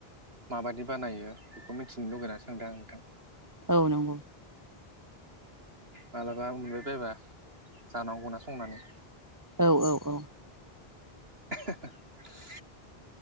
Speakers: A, on the right; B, on the right.
A: माबादि बानायो बेखौ मिथिनो लुगैना सोंदों आं नोंथां
B: औ नंगौ
A: मालाबा मोनबाय बायबा जानांगौना संनानै
B: औ औ औ
A: <inaudible>